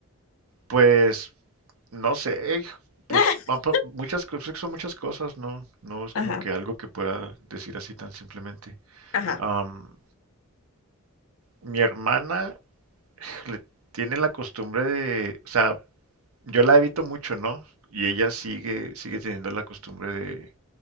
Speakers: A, on the right (about 75°); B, on the left (about 65°).
A: pues, no sé, eh, pues,
B: <laughs>
A: van pa- muchas, cosas son muchas cosas, ¿no? No es
B: Ajá,
A: como que algo que pueda decir así tan simplemente.
B: ajá.
A: Am, mi hermana le tiene la costumbre de, o sea, yo la evito mucho, ¿no? Y ella sigue, sigue teniendo la costumbre de,